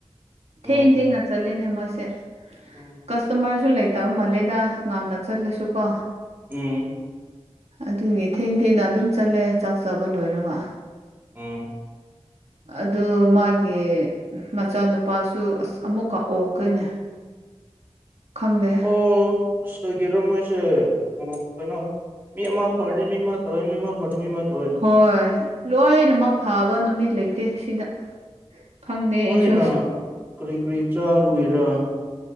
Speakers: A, on the right; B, on the right.
A: ꯊꯦꯡ
B: ꯎꯝ
A: ꯊꯦꯡꯅ ꯆꯠꯂꯤꯅꯦ ꯃꯣꯏꯁꯦ
B: ꯎꯝ
A: ꯀꯁꯇꯃꯔꯁꯨ ꯂꯩꯇꯕ ꯃꯥꯜꯂꯦꯗ ꯉꯥꯟꯅ ꯆꯠꯂꯁꯨ ꯀꯣ
B: ꯎꯝ
A: ꯑꯗꯨꯒꯤ ꯊꯦꯡ ꯊꯦꯡꯅ ꯑꯗꯨꯝ ꯆꯠꯂꯦ ꯆꯥꯛ ꯆꯥꯕ ꯂꯣꯏꯔꯒ
B: ꯑꯝ
A: ꯑꯗꯨ ꯃꯥꯒꯤ ꯃꯆꯥꯅꯨꯄꯥ ꯅꯨꯄꯥꯁꯨ ꯑꯁ ꯑꯃꯨꯛ ꯀ ꯑꯣ ꯀꯦꯅꯦ ꯈꯪꯗꯦ
B: ꯑꯣ ꯑꯁ ꯀꯩꯒꯤꯔꯣ ꯃꯣꯏꯁꯦ ꯎ ꯀꯩꯅꯣ ꯃꯤ ꯑꯃ ꯐꯔꯦ ꯃꯤ ꯑꯃ ꯇꯧꯋꯦ ꯃꯤ ꯑꯃꯥ ꯐꯔꯗꯤ ꯃꯤ ꯑꯃꯥ ꯇꯧꯋꯦ
A: ꯍꯣꯏ ꯂꯣꯏꯅꯃꯛ ꯐꯕ ꯅꯨꯃꯤꯠ ꯂꯩꯇꯦ ꯁꯤꯗ ꯈꯪꯗꯦ ꯑꯩꯁꯨ
B: ꯃꯣꯏꯅ ꯀꯔꯤ ꯀꯔꯤ ꯆꯥꯕꯒꯤꯔ